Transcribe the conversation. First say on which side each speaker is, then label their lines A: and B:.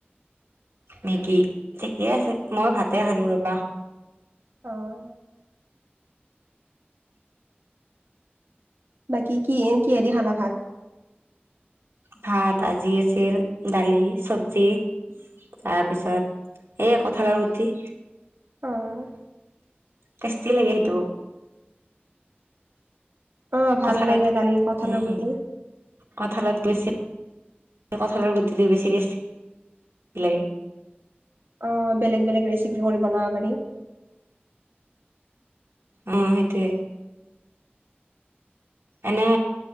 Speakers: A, on the right; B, on the right.
A: মেগী ঠিকে আছে মই ভাতে খালো ৰবা
B: অঁ। বাকী কি কিহেৰে দি খালা ভাত?
A: ভাত আজি আছিল দালি চবজি- তাৰপিছত এই কঁঠালৰ গুটি।
B: অঁ।
A: তেষ্টি লাগে সেইটো।
B: অ ভাল
A: কঁঠালত,
B: লাগে দালি কঠালৰ
A: উমঁ।
B: গুটি
A: কঁঠালতকৈ <unintelligible> কঁঠালৰ গুটিটোহে বেছি টেষ্টি লাগে।
B: অঁ' বেলেগ বেলেগ ৰেচিপি কৰি বনাব পাৰি।
A: উমঁ' সেইটোৱেই। এনে